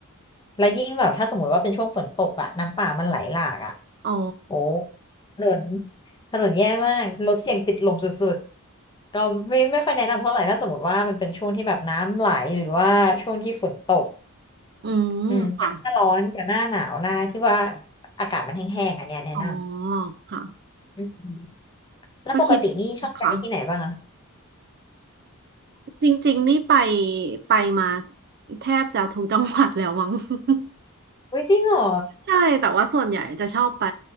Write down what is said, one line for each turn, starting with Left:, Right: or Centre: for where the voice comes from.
Left: แล้วยิ่งแบบถ้าสมมติว่าเป็นช่วงฝนตกอะน้ำป่ามันไหลหลากอะ
Right: อ๋อ
Left: โอ้ถนนถนนแย่มากรถเสี่ยงติดลมสุดๆก็ไม่ไม่ค่อยแนะนำเท่าไหร่ถ้าสมมติว่ามันเป็นช่วงที่แบบน้ำไหลหรือว่าช่วงที่ฝนตก
Right: อืมค่ะ
Left: อืมแต่หน้าร้อนกับหน้าหนาวหน้าที่ว่าอากาศมันแห้งๆอันเนี้ยแนะน
Right: อ๋อค่ะ
Left: ำอืมแล้วปกตินี่ชอบไปที่ไหนบ้างอะ
Right: ก็คิดค่ะจริงๆนี่ไปไปมาแทบจะทุกจังหวัดแล้วมั้ง <laughs>
Left: อุ้ยจริงเหรอ
Right: ใช่แต่ว่าส่วนใหญ่จะชอบไป